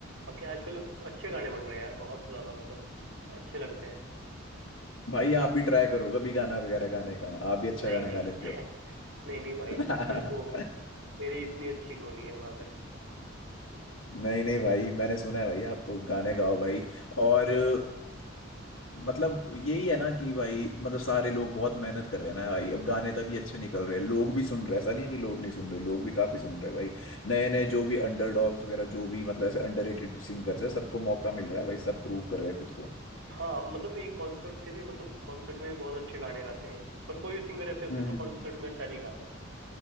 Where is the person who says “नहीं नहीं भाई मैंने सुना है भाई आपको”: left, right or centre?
Left